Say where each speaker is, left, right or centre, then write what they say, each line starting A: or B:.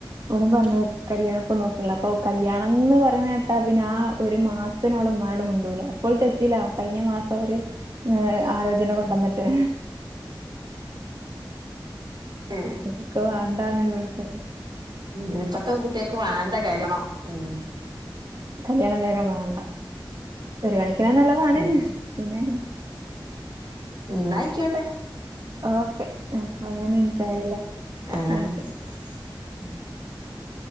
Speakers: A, on the right; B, on the right.
A: അവളും പറഞ്ഞത് കല്യാണം ഇപ്പൊ നോക്കുള്ള അപ്പൊ കല്യാണം എന്ന് പറയണ കേട്ടാ പിന്നെ ആ ഒരു മാസത്തിന് അവള് മ രോടും മിണ്ടൂല അപ്പോൾ തെറ്റില്ല കഴിഞ്ഞ മാസം ഒരു ഏഹ് ആലോചന കൊണ്ടുവന്നിട്ട്
B: ഏഹ്
A: ഓക്ക് വേണ്ടാന്നുള്ളോടത്ത്
B: ഇനിപ്പത്തെ കുട്ടിയക്ക് വാണ്ട കഴിക്കണോ ഉം
A: കല്യാണം വേഗം വേണ്ട ഒരു കണിക്കിനാ നല്ലതാണ്
B: ഉം
A: പിന്നെ
B: ന്നാ ആയിക്കോട്ടെ
A: ഓക്കെ പയ്നൊന്നു മിനിറ്റായല്ലോ
B: ആ
A: ഓക്കെ
B: <unintelligible>